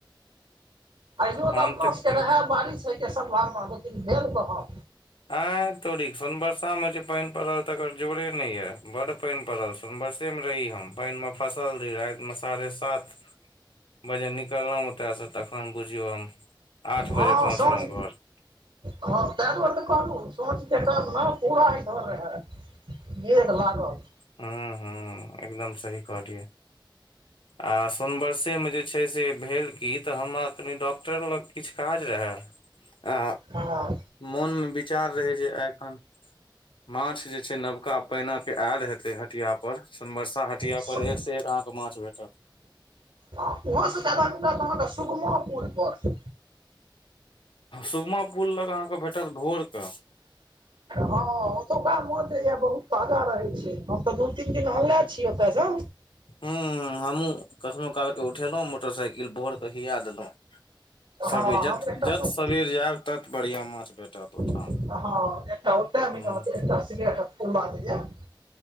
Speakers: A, on the right; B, on the left.
A: आइयो
B: हम
A: तऽ अपना सबके
B: की
A: रहए बारिश होइके सम्भावना लेकिन भेल कहाँ
B: आ तोड़ी सोनबरसा मे जे पानि पड़ल तकर जोरे नै ये बड्ड पानि पड़ल छै सोनवरसे मे रही हम पानि मे फसल रही राति मे साढ़े सात बजे निकललौं ओतय से तखन बुझियौ हम आठ
A: हँ
B: बजे पहुँचलौं
A: साँझ
B: घर
A: हँ तेँ दुआरे तऽ कहलु सुन <unintelligible> ने पूरा कर रहै मेघ लागल
B: हूंम्म हूंम्म एकदम सही कहलियै आ सोनबरसे मे जे छै से भेल की तऽ हमरा कनी डॉक्टर लग किछु काज रहै आ
A: हँ
B: मोनमे विचार रहै जे एखन माछ जे छै नवका पैना के आयल हेतै हटिया पर सोनबरसा हटिया
A: सु
B: पर एक से एक अहाँ माछ भेटत
A: उहाँ सँ जादा मिलत अहाँके सुुगमा पुल पर
B: सुगमा पुल लग अहाँके भेटत भोरके
A: हँ ओतुका माछ जे ये बहुत ताजा रहे छै हम तऽ दू तीन दिन अनले छियै ओतसँ
B: हू हमहूँ कखनो कालके उठेलहुँ मोटरसाइकिल भोर क हिया देलहुँ सबर
A: हँ
B: जत
A: हम एकटा
B: जत
A: सु
B: सबेर जायब तत बढ़िया माछ भेटत ओहिठाम
A: हँ
B: ह
A: <unintelligible>